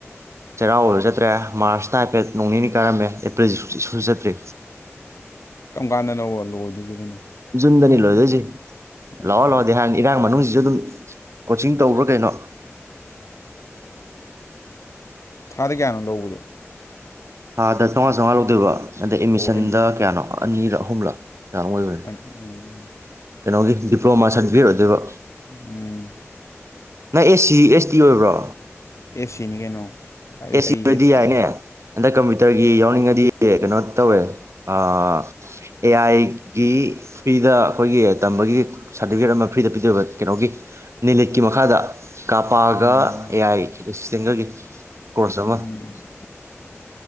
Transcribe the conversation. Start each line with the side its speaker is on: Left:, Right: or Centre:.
Right: ꯆꯩꯔꯥꯎꯕꯁꯨ ꯆꯠꯇ꯭ꯔꯦ ꯃꯥꯔꯁꯇ ꯍꯥꯏꯐꯦꯠ ꯅꯣꯡ ꯅꯤꯅꯤ ꯀꯥꯔꯝꯃꯦ ꯑꯦꯄ꯭ꯔꯤꯜꯁꯤ ꯁꯨꯡꯁꯨ ꯆꯠꯇ꯭ꯔꯤ
Left: ꯀꯔꯝ ꯀꯥꯟꯗꯅꯣ ꯂꯣꯏꯗꯣꯏꯁꯤ ꯑꯗꯨꯅ
Right: ꯖꯨꯟꯗꯅꯤ ꯂꯣꯏꯗꯣꯏꯁꯦ
Left: ꯑꯣ
Right: ꯂꯥꯛꯑꯣ ꯂꯥꯛꯑꯣꯗꯤ ꯍꯥꯟ ꯏꯔꯥꯡ ꯃꯅꯨꯡꯁꯤꯁꯨ ꯑꯗꯨꯝ ꯀꯣꯆꯤꯡ ꯇꯧꯕ꯭ꯔꯥ ꯀꯩꯅꯣ
Left: ꯊꯥꯗ ꯀꯌꯥꯅꯣ ꯂꯧꯕꯗꯣ
Right: ꯊꯥꯗ ꯆꯥꯑꯣꯉꯥ ꯆꯥꯑꯣꯡ ꯂꯧꯗꯣꯏꯕ ꯑꯗꯩ ꯑꯦꯃꯤꯁꯟꯗ
Left: ꯑꯣ
Right: ꯀꯌꯥꯅꯣ ꯑꯅꯤꯔ ꯍꯨꯝꯂꯥ ꯌꯥꯔꯣ <unintelligible>
Left: ꯎꯝ
Right: ꯀꯩꯅꯣꯒꯤ ꯗꯤꯄ꯭ꯂꯣꯃꯥ ꯁꯥꯔꯇꯤꯐꯤꯀꯦꯠ ꯑꯣꯏꯗꯣꯏꯕ
Left: ꯎꯝ
Right: ꯅ ꯏꯁ ꯇꯤ ꯑꯦꯁ ꯇꯤ ꯑꯣꯏꯕ꯭ꯔꯣ
Left: ꯑꯦꯁ ꯁꯤꯅꯤ ꯀꯩꯅꯣ ꯀꯥꯏꯗꯩ
Right: ꯑꯦꯁ
Left: ꯑꯩ
Right: ꯁꯤ ꯑꯣꯏꯔꯗꯤ
Left: ꯑꯦꯁꯇꯤ
Right: ꯌꯥꯏꯅꯦ ꯍꯟꯗꯛ ꯀꯝꯄ꯭ꯌꯨꯇꯔꯒꯤ ꯌꯥꯎꯅꯤꯡꯉꯗꯤ ꯀꯩꯅꯣ ꯇꯧꯋꯦ ꯑꯦ ꯑꯥꯏꯒꯤ ꯐ꯭ꯔꯤꯗ ꯑꯩꯈꯣꯏꯒꯤ ꯇꯝꯕꯒꯤ ꯁꯥꯔꯇꯤꯐꯤꯀꯦꯠ ꯑꯃ ꯐ꯭ꯔꯤꯗ ꯄꯤꯗꯕ ꯀꯩꯅꯣꯒꯤ ꯅꯤꯂꯤꯠꯀꯤ ꯃꯈꯥꯗ ꯀꯥꯄꯥꯒ
Left: ꯎꯝ
Right: ꯑꯦ ꯑꯥꯏ ꯑꯦꯁꯤꯇꯦꯟꯇꯒꯒꯤ ꯀꫭꯔꯁ ꯑꯃ
Left: ꯎꯝ ꯑꯁ